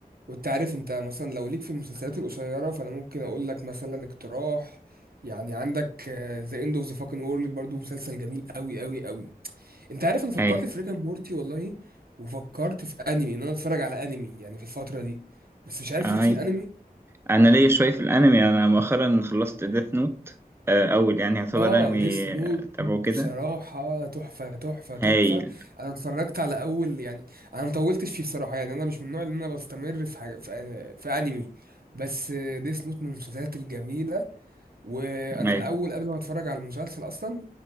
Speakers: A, on the right; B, on the right.
A: وانت عارف انت مثلا لو ليك في المسلسلات القصيره فانا ممكن اقول لك مثلا اقتراح يعني عندك ذا اند اوف ذا فاكن وورلد برضو مسلسل جميل قوي قوي قوي انت عارف انا فكرت
B: أي
A: في ريكا مورتي والله وفكرت في انمي ان انا اتفرج على انمي يعني في الفتره دي بس مش عارف
B: أي
A: ليك في الانمي
B: انا ليا شويه في الانمي انا مؤخرا خلصت ديث نوت اول يعني يعتبر
A: اه
B: انمي
A: ديس نوت
B: آه، تابعه كده
A: بصراحه تحفه تحفه تحفه
B: هايل
A: انا اتفرجت على اول يعني انا مطولتش فيه بصراحه يعني انا مش من النوع اللي انا بستمر في حاجه في, في انمي بس ديس نوت من المسلسلات الجميله وانا
B: هايل
A: الاول قبل ما اتفرج على المسلسل اصلا